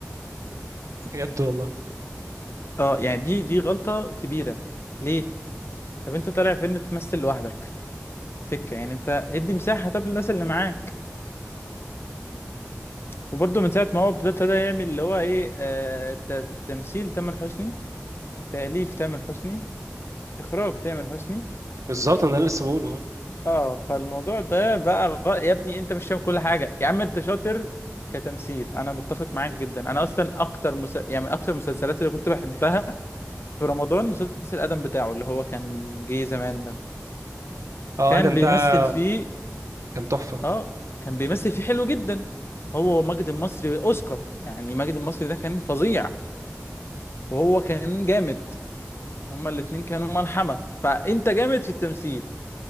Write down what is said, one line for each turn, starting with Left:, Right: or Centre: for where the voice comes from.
Right: بجد والله
Left: اه يعني دي دي غلطة كبيرة ليه؟ طب انت طالع فيلم تمثل لوحدك سكة يعني انت ادي مساحة طب للناس اللي معاك وبرضه من ساعة ما هو ابتدى ابتدى يعمل اللي هو ايه آه ت- تمثيل تامر حسني تأليف تامر حسني إخراج تامر حسني
Right: بالظبط انا لسه بقوله
Left: اه فالموضوع ده بقى غ... يا ابني انت مش فاهم كل حاجة يا عم انت شاطر كتمثيل انا متفق معاك جدا انا اصلا اكتر مس... يعني اكتر المسلسلات اللي كنت بحبها في رمضان مسلسل ادم بتاعه اللي هو كان جه زمان ده
Right: اه
Left: كان
Right: ادم
Left: بيمثل
Right: ده
Left: فيه
Right: كان تحفة
Left: اه كان بيمثل فيه حلو جدا هو ماجد المصري اوسكار يعني ماجد المصري ده كان فظيع وهو كان جامد هما الاتنين كانوا ملحمة فانت جامد في التمثيل